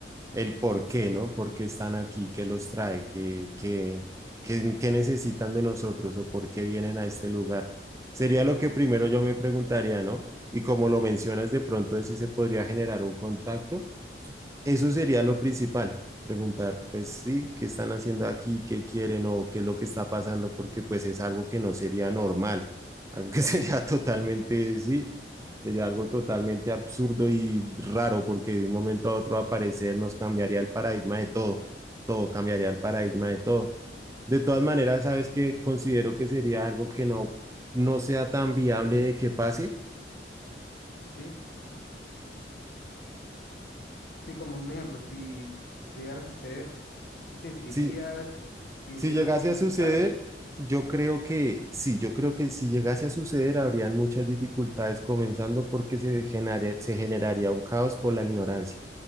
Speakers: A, on the right; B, on the left.
A: el por qué, ¿no? ¿Por qué están aquí? ¿Qué los trae? ¿Qué, qué, qué, qué necesitan de nosotros o por qué vienen a este lugar? Sería lo que primero yo me preguntaría, ¿no? Y como lo mencionas, de pronto de si se podría generar un contacto eso sería lo principal, preguntar, pues sí, qué están haciendo aquí, qué quieren o qué es lo que está pasando, porque pues es algo que no sería normal, algo que <laughs> sería totalmente, sí, sería algo totalmente absurdo y raro, porque de un momento a otro aparecer nos cambiaría el paradigma de todo, todo cambiaría el paradigma de todo. De todas maneras, sabes que considero que sería algo que no, no sea tan viable de que pase.
B: ¿sí? Sí, como un ejemplo, si llegara a suceder, ¿sí sentirías
A: Sí,
B: que
A: Si
B: hubieran
A: llegase
B: dificultades?
A: a suceder, yo creo que sí, yo creo que si llegase a suceder habrían muchas dificultades, comenzando porque se generaría, se generaría un caos por la ignorancia.